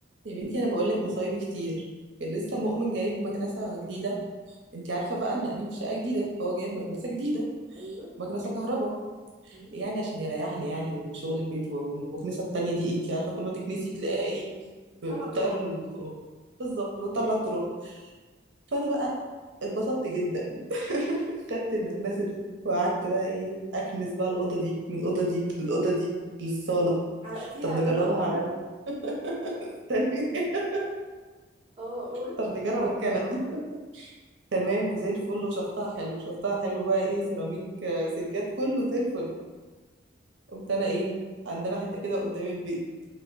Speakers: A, on the right; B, on the right.
A: يا بنتي انا بقول لك مصايب كتير كان لسه مؤمن جايب مكنسه جديده انت عارفه بقى ان قايلين في شقه جديده فهو جايب مكنسه جديده
B: ايوه
A: مكنسه كهرباء
B: مم.
A: يعني عشان يريحني يعني وشغل البيت والمكنسه التانية دي انت عارفه كل ما تكنسي تلاقيها ايه
B: بتطلع
A: ب- بتطير
B: تراب
A: التراب بالظبط بتطلع التراب فانا بقى اتبسطت جدا <laughs> خدت المكنسه دي وقعدت بقى ايه اكنس بقى الاوضه دي من الاوضه دي للاوضه دي للصاله
B: حرقتيها
A: طب نجربها
B: يا رنا
A: على الثانيه <laughs>
B: اه قول
A: طب نجرب الكنب تمام وزي الفل وشفتها حلو شفتها حلو بقى ايه سيراميك آه، سجاد كله زي الفل قمت انا ايه عندنا حته كده قدام البيت